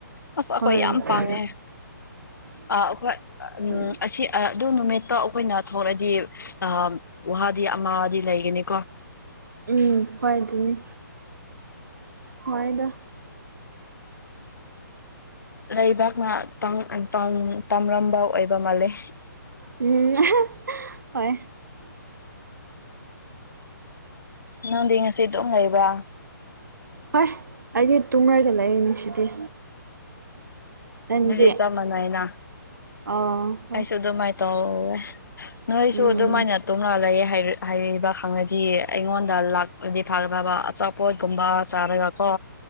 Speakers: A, on the left (about 70°); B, on the right (about 60°).
A: ꯑꯁ ꯑꯩꯈꯣꯏ
B: ꯍꯣꯏ ꯑꯗꯨꯅꯦ
A: ꯌꯥꯝ ꯄꯥꯡꯉꯦ ꯑ ꯑꯈꯣꯏ ꯎꯝ
B: ꯍꯣꯏ
A: ꯑꯁꯤ ꯑꯗꯨ ꯅꯨꯃꯤꯠꯇ ꯑꯩꯈꯣꯏꯅ ꯊꯣꯛꯂꯛꯑꯗꯤ ꯑ ꯋꯥꯗꯤ ꯑꯃꯗꯤ ꯂꯩꯒꯅꯤ
B: ꯎꯝ ꯍꯏ ꯑꯗꯨꯅꯤ ꯍꯏꯗ
A: ꯂꯩꯕꯥꯛꯅ ꯇꯝ ꯇꯝꯂꯝꯕ ꯑꯣꯏꯕ ꯃꯥꯜꯂꯦ
B: ꯎꯝ ꯍꯣꯏ
A: ꯅꯪꯗꯤ ꯉꯁꯤ ꯑꯗꯨꯝ ꯂꯩꯕ꯭ꯔꯥ
B: ꯍꯣꯏ ꯑꯩꯗꯤ ꯇꯨꯡꯔꯒꯂꯛꯏꯅꯦ ꯁꯤꯗꯤ ꯅꯪꯗꯤ
A: ꯑꯣ <unintelligible> ꯆ ꯃꯅꯦꯅ
B: ꯑꯥ ꯍꯣꯏ
A: ꯑꯩꯁꯨ ꯑꯗꯨꯃꯥꯏꯅ ꯇꯧꯋꯦ ꯅꯣꯏꯁꯨ
B: ꯎꯝ
A: ꯑꯗꯨꯃꯥꯏꯅꯧ ꯇꯧꯅ ꯂꯩꯌꯦ ꯍꯥꯏꯔꯤꯕ ꯈꯪꯉꯗꯤ ꯑꯩꯉꯣꯟꯗ ꯂꯥꯛꯄꯗꯤ ꯐꯒ ꯐꯕ ꯑꯄ ꯄꯣꯏꯒꯨꯝꯕ ꯆꯥꯔꯒ ꯀꯣ